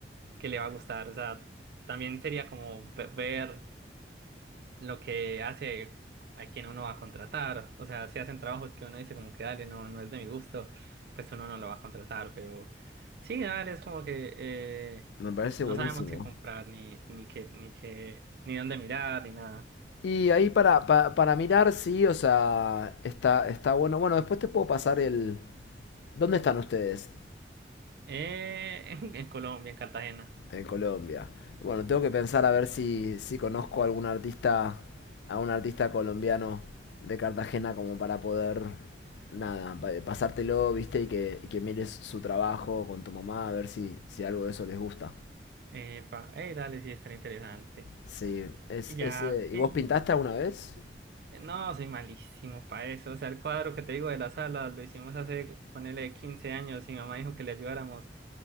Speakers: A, on the right; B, on the left.
A: que le va a gustar, o sea, también sería como ve- ver lo que hace a quien uno va a contratar. O sea, si hacen trabajos que uno dice como que dale, no, no es de mi gusto, pues uno no lo va a contratar, pero sí, dale, es como que eh,
B: Me parece
A: no
B: buenísimo.
A: sabemos qué comprar, ni, ni qué, ni qué, ni dónde mirar, ni nada.
B: Y ahí para, pa- para mirar, sí, o sea, está, está bueno. Bueno, después te puedo pasar el... ¿Dónde están ustedes?
A: Eh, <laughs> en, en Colombia, en Cartagena.
B: En Colombia. Bueno, tengo que pensar a ver si, si conozco a algún artista, a un artista colombiano de Cartagena como para poder, nada, pa- pasártelo, viste, y que, y que mires su trabajo con tu mamá, a ver si, si algo de eso les gusta.
A: Epa, eh, dale, sí, tan interesante.
B: Sí, es,
A: Y ya,
B: es, eh, ¿y
A: sí.
B: vos pintaste alguna vez?
A: Eh, No, soy malísimo para eso. O sea, el cuadro que te digo de la sala lo hicimos hace, ponele, 15 años y mi mamá dijo que le ayudáramos.